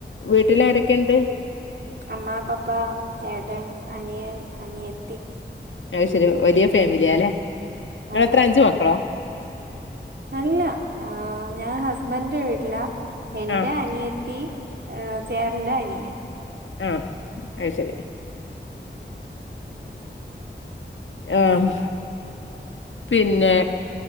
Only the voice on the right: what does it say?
അമ്മ പപ്പ ചേട്ടൻ അനിയൻ അനിയത്തി
അതെ
അല്ല ആഹ് ഞാ ഹസ്ബൻന്റെ വീട്ടിലാ എന്റെ
അനിയത്തി ഏ ഹ് ചേട്ടന്റെ അനിയൻ
ഉം